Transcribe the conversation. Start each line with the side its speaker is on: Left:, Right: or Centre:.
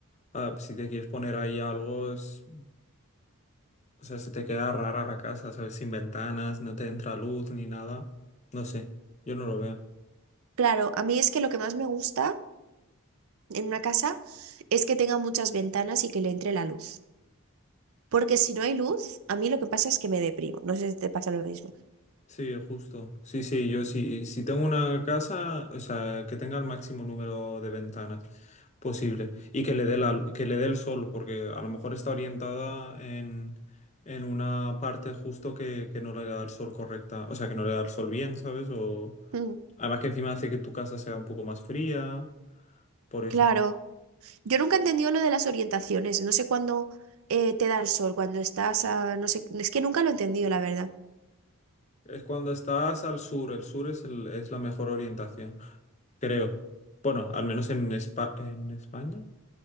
Left: Ah, si te quieres poner ahí algo, es. O sea, se te queda rara la casa, ¿sabes? Sin ventanas, no te entra luz ni nada. No sé, yo no lo veo.
Right: Claro, a mí es que lo que más me gusta en una casa es que tenga muchas ventanas y que le entre la luz. Porque si no hay luz, a mí lo que pasa es que me deprimo. No sé si te pasa lo mismo.
Left: Sí, justo. Sí, sí, yo sí. Si tengo una casa, o sea, que tenga el máximo número de ventanas posible y que le dé la, que le dé el sol, porque a lo mejor está orientada en, en una parte justo que, que no le da el sol correcta, o sea, que no le da el sol bien, ¿sabes? O
Right: <laughs> Mm.
Left: además que encima hace que tu casa sea un poco más fría, por eso.
Right: Claro, yo nunca he entendido lo de las orientaciones, no sé cuándo eh, te da el sol, cuando estás a, no sé, es que nunca lo he entendido, la verdad.
Left: Es cuando estás al sur, el sur es, el- es la mejor orientación, creo. Bueno, al menos en, Espa- en España,